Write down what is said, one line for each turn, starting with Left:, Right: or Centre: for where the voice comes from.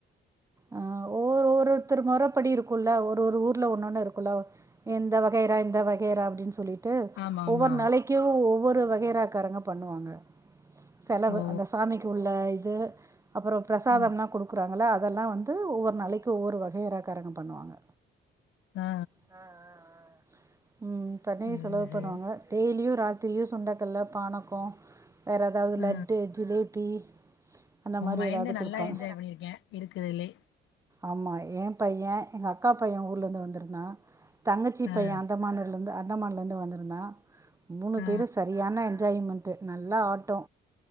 Right: ஆ ஓ ஒருத்தர் முறப்படிருக்குல்ல ஒரு ஒரு ஊர்ல ஒன்னொன்னு இருக் குல்ல எந்த வகைரா எந்த வகைரா அப்டின் சொல்லிட் டு
Left: ஆமாமா
Right: ஒவ்வொரு நாளிக்கு ஒவ்வொரு வ கேராக்காரங்க பண்ணுவாங்க செலவு
Left: ஓ
Right: அந்த சாமிக்கு உள்ள து அப்புறோ பிரசாதம்னா
Left: ஆ
Right: குடுக்குறாங் னால அதெல்லா வந்து ஒவ்வொர் நாளிக்கு ஒவ்வொரு வகையராகாரங்க பண்ணுவாங்க
Left: ஆ
Right: ஆ ஆ ஆ ம் தனியா
Left: ஆ சேரி
Right: செலவு
Left: சேரி
Right: பண்ணுவாங்க டெய்லியு ரா தியு சுண்டக்கல்ல பானக்கோ வேற ஏதாவது
Left: ஆ
Right: லட்டு ஜிலேப் பி அந்த
Left: உங்க
Right: மாரி
Left: மயந்த
Right: ஏதாவது
Left: நல்லா
Right: குடுப்பாங்
Left: என்ஜாய் பண்ணிருக்கே இருக்கறதுலே
Right: ஆமா ஏ பையெ எங்க அக்கா பையெ ஊர்லந்து வந்திருந்தா தங்கச்சி
Left: ஆ.
Right: பையே லருந்து அந்தமான்லருந்து வந்திருந்தா மூணு
Left: ஆ
Right: பேரு சரியான ன்ஜாய்மெண்ட்டு நல்லா ஆட்டோ